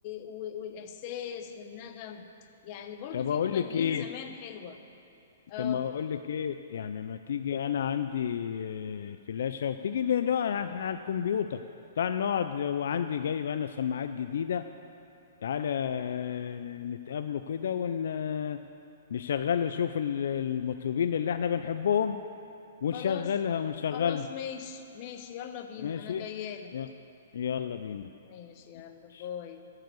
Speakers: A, on the left; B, on the left.
A: و... والاحساس والنغم يعني برضو
B: طب
A: في
B: اقول
A: مغنيين
B: لك ايه
A: زمان حلوه اه
B: طب ما اقول لك ايه يعني ما تيجي انا عندي آه، فلاشة وتيجي لي نقعد يعني احنا على الكمبيوتر تعال نقعد وعندي جايب انا سماعات جديدة تعالى آه، نتقابلوا كده ونشغل نشوف ال- المطربين اللي احنا بنحبهم ونشغلها
A: خلاص
B: ونشغلها
A: خلاص ماشي ماشي يلا بينا
B: ماشي
A: انا جايه لك
B: يلا يلا بينا
A: ماشي
B: ماشي.
A: يلا باي